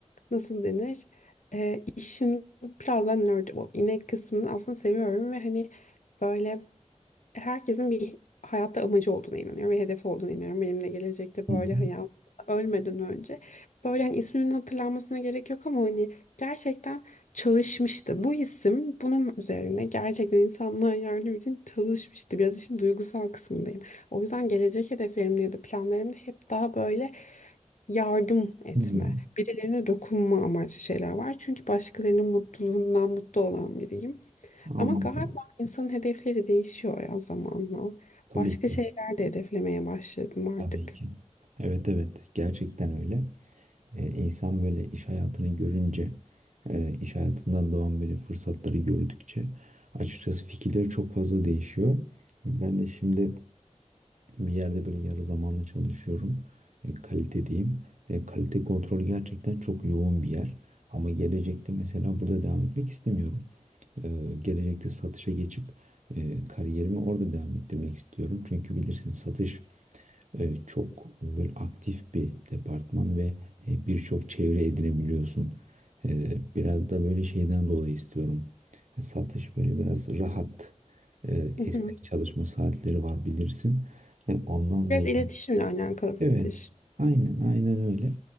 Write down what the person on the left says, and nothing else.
nasıl denir? E, işin biraz da nerd, o inek kısmını aslında seviyorum ve hani böyle herkesin bir hayatta amacı olduğuna inanıyorum ve hedefi olduğuna inanıyorum. Benimle gelecekte böyle
hayat ölmeden önce böyle hani isminin hatırlanmasına gerek yok ama hani gerçekten çalışmıştı. Bu isim bunun üzerine gerçekten insanlığa yardım için çalışmıştı. Biraz işin duygusal kısmındayım. O yüzden gelecek hedeflerimde ya da planlarımda hep daha böyle yardım etme,
birilerine dokunma amaçlı şeyler var. Çünkü başkalarının mutluluğundan mutlu olan biriyim.
Ama galiba insanın hedefleri değişiyor ya zamanla.
Başka
şeyler de hedeflemeye başladım artık.
Hı hı.
Biraz
iletişimle alakalı satış.